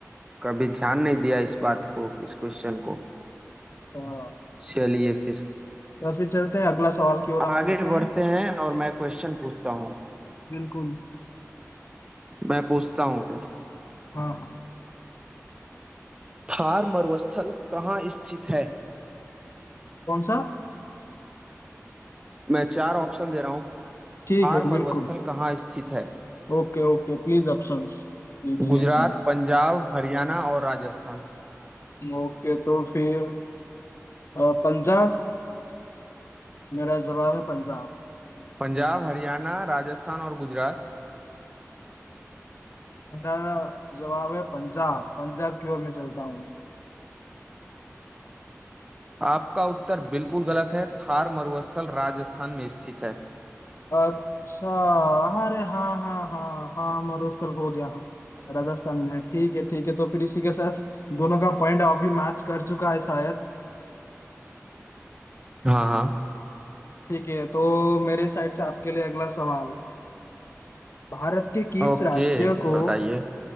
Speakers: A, on the right; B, on the left.
A: कभी ध्यान नहीं दिया इस बात को इस क्वेश्चन को
B: तो
A: चलिए फिर
B: तो फिर चलते हैं अगला सवाल की ओर हम
A: आगे
B: बढ़ते
A: बढ़ते
B: हैं
A: हैं और मैं क्वेश्चन पूछता हूँ
B: बिल्कुल
A: मैं पूछता हूँ फिर
B: हाँ हाँ
A: थार मरुस्थल कहाँ स्थित है
B: कौन सा
A: मैं चार ऑप्शन दे रहा हूँ
B: ठीक
A: थार
B: है बिल्कुल
A: मरुस्थल कहाँ स्थित है
B: ओके ओके प्लीज ऑप्शंस दीजिए
A: गुजरात
B: हमें
A: पंजाब हरियाणा और राजस्थान
B: ओके तो फिर अ, पंजाब मेरा जवाब है पंजाब
A: पंजाब हरियाणा राजस्थान और गुजरात
B: मेरा जवाब है पंजाब पंजाब की ओर मैं चलता हूँ।
A: आपका उत्तर बिल्कुल गलत है थार मरुस्थल राजस्थान में स्थित है
B: अच्छा अरे हाँ हाँ हाँ हाँ मरुस्थल हो गया हाँ राजस्थान में है ठीक है ठीक है तो फिर इसी के साथ दोनों का पॉइंट अभी मैच कर चुका है शायद
A: हाँ हाँ
B: ठीक है तो मेरे साइड से आपके लिए अगला सवाल भारत के किस
A: ओके
B: राज्य को
A: बताइए